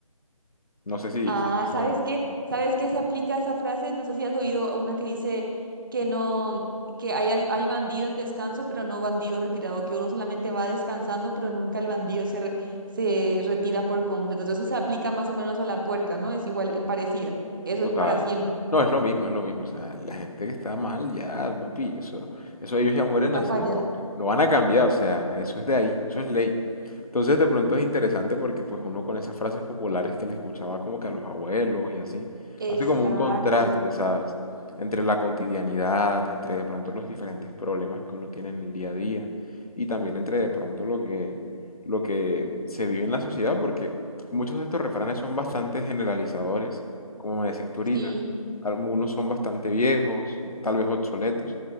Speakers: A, on the left (about 80°); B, on the right (about 35°).
A: No sé si,
B: ah,
A: si te suena.
B: ¿sabes qué? ¿Sabes qué se aplica esa frase? No sé si has oído una que dice que no, que hay, al- hay bandido en descanso, pero no bandido retirado, que uno solamente va descansando, pero nunca el bandido se, re- se retira por completo. Entonces se aplica más o menos a la puerca, ¿no? Es igual, eh, parecida. Eso
A: Total.
B: es para siempre.
A: No, es lo mismo, es lo mismo. O sea, la gente que está mal, ya, papi, eso, eso ellos ya mueren
B: Va
A: así,
B: para allá.
A: no, no van a cambiar, o sea, eso es de ahí, eso es ley. Entonces, de pronto es interesante porque pues uno con esas frases populares que le escuchaba como que a los abuelos y así,
B: Exacto.
A: hace como un contraste, ¿sabes? Entre la cotidianidad, entre de pronto los diferentes problemas que uno tiene en el día a día y también entre de pronto lo que, lo que se vive en la sociedad, porque muchos de estos refranes son bastante generalizadores como me decías tú ahorita.
B: Sí.
A: Algunos son bastante viejos, o tal vez obsoletos,